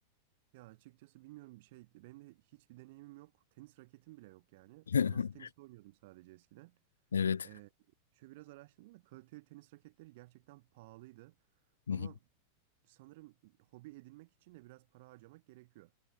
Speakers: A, on the right; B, on the left.
A: Ya açıkçası bilmiyorum bir şey benim de hiçbir deneyimim yok. Tenis raketim bile yok yani.
B: <laughs>
A: Masa tenisi oynuyordum sadece eskiden.
B: Evet.
A: Ee, şöyle biraz araştırdım da kaliteli tenis raketleri gerçekten pahalıydı.
B: Hı
A: Ama
B: hı.
A: sanırım hobi edinmek için de biraz para harcamak gerekiyor.